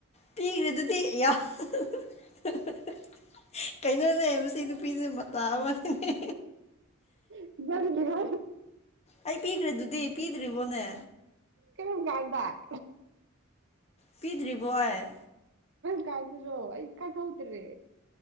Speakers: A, on the left (about 30°); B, on the right (about 60°).
A: ꯄꯤꯒ꯭ꯔꯗꯨꯗꯤ ꯑꯌꯥ <unintelligible> <unintelligible> ꯀꯩꯅꯣꯅꯦ ꯃꯁꯤ ꯅꯨꯄꯤꯁꯦ ꯃꯇꯥ ꯑꯃꯅꯤꯅꯦ꯫
B: <unintelligible>
A: ꯑꯩ ꯄꯤꯒ꯭ꯔꯦꯗꯨꯗꯤ ꯄꯤꯗ꯭ꯔꯤꯕꯣꯅꯦ꯫
B: ꯀꯔꯝꯀꯥꯟꯗ <unintelligible>
A: ꯄꯤꯗ꯭ꯔꯤꯕꯣ ꯑꯩ
B: ꯀꯥꯗꯔꯣ ꯏꯀꯥ ꯀꯧꯇꯔꯦ